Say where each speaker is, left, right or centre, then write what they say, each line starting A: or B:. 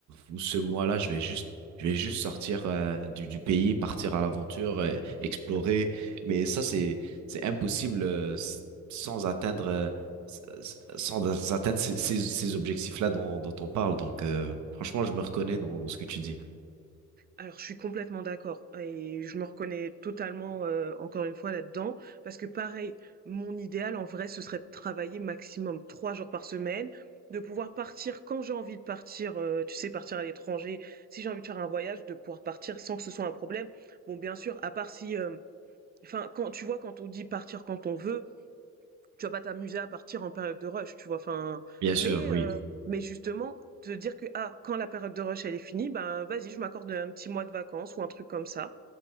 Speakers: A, on the right (about 70°); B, on the right (about 30°).
A: où ce mois-là, je vais juste, je vais juste sortir euh, du, du pays, partir à l'aventure, euh, explorer. Mais ça, c'est, c'est impossible euh, s- sans atteindre, euh, s- s- sans atteindre ces, ces, ces objectifs-là dont, dont on parle. Donc, euh, franchement, je me reconnais dans dans ce que tu dis.
B: Alors, je suis complètement d'accord et je me reconnais totalement, heu, encore une fois là-dedans parce que pareil, mon idéal en vrai, ce serait de travailler maximum 3 jours par semaine, de pouvoir partir quand j'ai envie de partir, heu, tu sais, partir à l'étranger. Si j'ai envie de faire un voyage, de pouvoir partir sans que ce soit un problème. Bon, bien sûr, à part si, hem enfin, quand tu vois, quand on dit partir quand on veut, tu vas pas t'amuser à partir en période de rush, tu vois. Enfin,
A: Bien
B: mais
A: sûr, oui.
B: euh, mais justement te dire que ah quand la période de rush elle est finie, ben vas-y, je m'accorde un petit mois de vacances ou un truc comme ça.